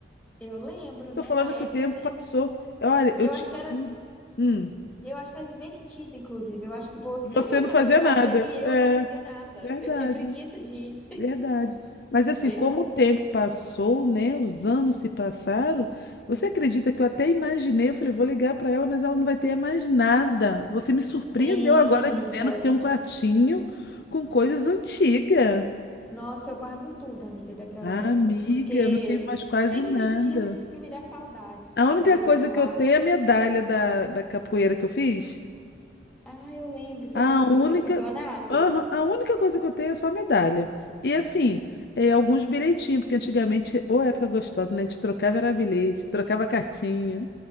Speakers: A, in the centre; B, on the left.
A: Eu lembro,
B: Tô
A: né?
B: falando
A: Na
B: que
A: época,
B: o tempo
A: né?
B: passou. Olha, eu
A: Eu
B: te
A: acho que era,
B: juro. Hum,
A: eu acho que era invertido, inclusive. Eu acho que você
B: você
A: gostava
B: não fazia
A: de fazer
B: nada.
A: e eu
B: É,
A: não fazia nada.
B: verdade.
A: Eu tinha preguiça de ir.
B: Verdade. Mas assim,
A: Verdade.
B: como o tempo passou, né? Os anos se passaram. Você acredita que eu até imaginei? Eu falei, vou ligar para ela, mas ela não vai ter mais nada. Você me surpreendeu
A: Tem,
B: agora
A: amiga.
B: dizendo que tem um quartinho com coisas antigas.
A: Nossa, eu guardo tudo, amiga, daquela
B: Ah,
A: época,
B: amiga,
A: porque
B: eu não tenho mais quase
A: tem,
B: nada.
A: tem dias que me dá saudade, sabe?
B: A única
A: Aí eu
B: coisa
A: vou lá.
B: que eu tenho é a medalha da, da capoeira que eu fiz.
A: Ah, eu lembro que
B: A
A: você participou
B: única,
A: daquele campeonato.
B: Aham, a única coisa que eu tenho é só a medalha. E assim, é, alguns bilhetinhos, porque antigamente, ô época gostosa, né? A gente trocava era bilhete, trocava cartinha.